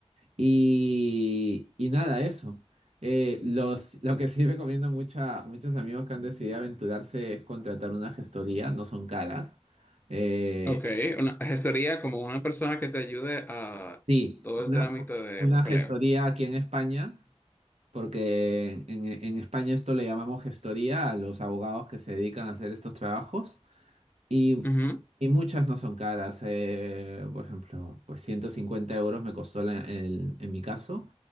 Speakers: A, on the right (about 75°); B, on the left (about 15°).
A: Y, y nada, eso. Eh, los, lo que sí <laughs> recomiendo mucho a muchos amigos que han decidido aventurarse es contratar una gestoría, no son caras. Eh,
B: ok. Una gestoría como una persona que te ayude a
A: sí,
B: todo
A: una,
B: el trámite de
A: una
B: papeleo.
A: gestoría aquí en España, porque en, en España esto le llamamos gestoría a los abogados que se dedican a hacer estos trabajos. Y,
B: Ujú.
A: y muchas no son caras. eh, por ejemplo, pues 150 euros me costó la- el- en mi caso.